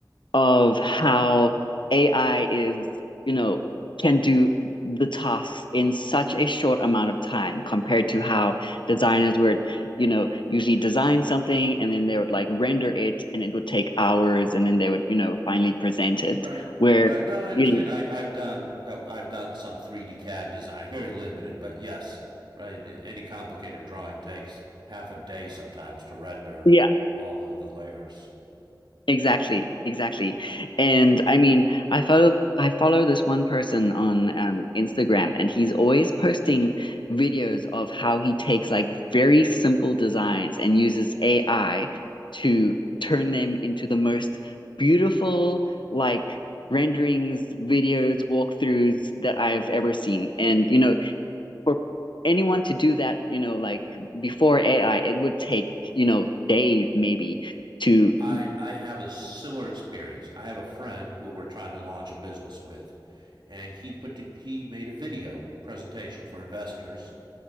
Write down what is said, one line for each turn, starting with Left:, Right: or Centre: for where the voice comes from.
Left: of how AI is, you know, can do the tasks in such a short amount of time compared to how designers would, you know, usually design something and then they would like render it and it would take hours and then they would, you know, finally present it.
Right: Right,
Left: Where,
Right: right. No, I understand.
Left: you know,
Right: I, I've done I've done some 3D CAD design, very limited, but yes, right. Any complicated drawing takes half a day sometimes to render
Left: yeah,
Right: all the, the layers.
Left: Exactly, exactly. And I mean, I follow I follow this one person on um, Instagram, and he's always posting videos of how he takes like very simple designs and uses AI to turn them into the most beautiful like renderings, videos, walkthroughs that I have ever seen. And you know, for anyone to do that, you know, like before AI, it would take, you know, days maybe to
Right: I I have a similar experience. I have a friend who we're trying to launch a business with, and he put to, he made a video presentation for investors,